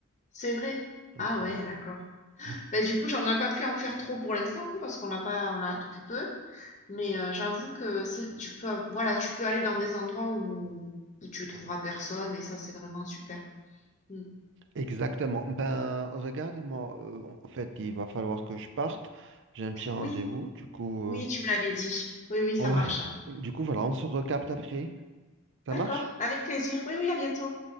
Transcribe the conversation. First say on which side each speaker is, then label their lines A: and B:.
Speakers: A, on the left; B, on the right.
A: C'est vrai?
B: Donc,
A: Ah
B: ouais.
A: ouais, d'accord.
B: <laughs>
A: Ben du coup, j'en ai pas pu en faire trop pour l'instant parce qu'on l'a pas on l'a depuis peu, mais heu, j'avoue que c'est tu peux av voilà, tu peux aller dans des endroits où où tu trouveras personne et ça, c'est vraiment super. Mmh.
B: Exactement. Ben, regarde-moi, euh, en fait, il va falloir que je parte. J'ai un petit rendez-vous,
A: Oui,
B: du coup,
A: oui,
B: euh,
A: tu me l'avais dit. Oui, oui, ça
B: ouais.
A: marche.
B: Du coup, voilà, on se recapte après. Ça
A: D'accord,
B: marche?
A: avec plaisir. Oui, oui, à bientôt.